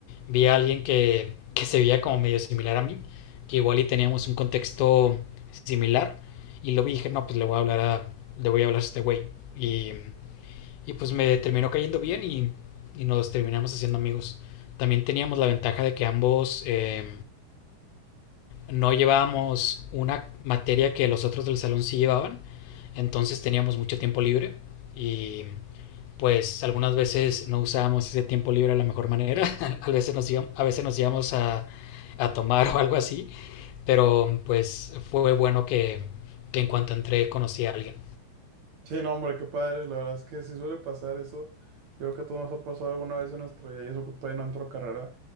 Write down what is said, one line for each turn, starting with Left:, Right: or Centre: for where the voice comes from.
Left: Vi a alguien que, que se veía como medio similar a mí, que igual y teníamos un contexto similar y lo vi y dije, no, pues le voy a hablar a, le voy a hablar a este güey. Y, y pues me terminó cayendo bien y, y nos terminamos haciendo amigos. También teníamos la ventaja de que ambos... Eh, no llevábamos una materia que los otros del salón sí llevaban, entonces teníamos mucho tiempo libre y pues algunas veces no usábamos ese tiempo libre de la mejor manera, <laughs> a veces nos íbamos, a veces nos íbamos a, a tomar o algo así, pero pues fue bueno que, que en cuanto entré conocí a alguien.
Right: Sí, no, hombre, qué padre. La verdad es que sí suele pasar eso. Yo creo que a todos nos ha pasado alguna vez en nuestro día, y eso que todavía no entró a carrera.